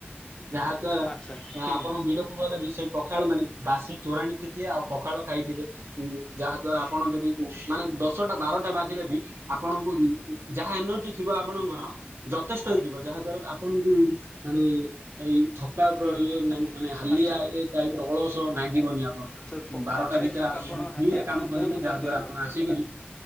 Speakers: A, on the right (about 80°); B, on the left (about 20°).
A: ଯାହା ଦ୍ୱାରା
B: ଆଚ୍ଛା ହୁଁ
A: ଆପଣ ବିଲକୁ ଗଲେ ବି ସେଇ ପଖାଳ ମାନେ ବାସି ତୋରାଣୀ ଟିକେ ଆଉ ପଖାଳ ଖାଇଥିବେ ଯାହା ଦ୍ୱାରା ଆପଣ ଯଦି ମାନେ ଦଶଟା ବାରଟା ବାଜିଲେ ବି ଆପଣଙ୍କୁ ଉଁ ଯାହା ଏନର୍ଜି ଥିବ ଆପଣ ଯଥେଷ୍ଟ ହେଇଯିବ ଯାହା ଦ୍ୱାରା ଆପଣଙ୍କୁ ମାନେ ଏଇ ଥକା <unintelligible>
B: ହୁଁ
A: ଇଏ ନାଇଁ ମାନେ ହାଲିଆ
B: ଆଚ୍ଛା
A: ଏ ଟାଇପ ର ଅଳସ ନାଗିବନି ଆପଣ
B: ତ
A: ଙ୍କୁ
B: ପଖାଳ
A: ବାରଟା
B: ଖାଇଲେ
A: ଭିତରେ
B: ଥକାପଣ
A: ଆ ଫ୍ରୀରେ
B: ହାଲିଆପଣ
A: କାମ କରିବେ
B: ବହୁତ
A: ଯାହା
B: ବହୁତ ଦୂର
A: ଦ୍ଵାରା ଆପଣ
B: ପଡ଼ିଥାଏ
A: ଆସିକିରି